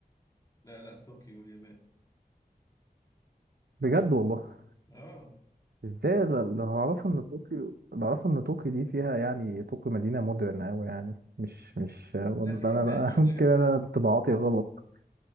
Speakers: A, on the left (about 25°); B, on the right (about 80°).
A: لا لا طوكيو اليابان
B: بجد والله
A: اه
B: ازاي اللي اللي اعرفه ان طوكيو اللي اعرفه ان طوكيو دي فيها يعني طوكيو مدينه مودرن قوي يعني مش مش ولا
A: لا فيها جبال
B: انا بقى
A: برضه يا
B: <laughs> كده
A: جدع
B: انا انطباعاتي غلط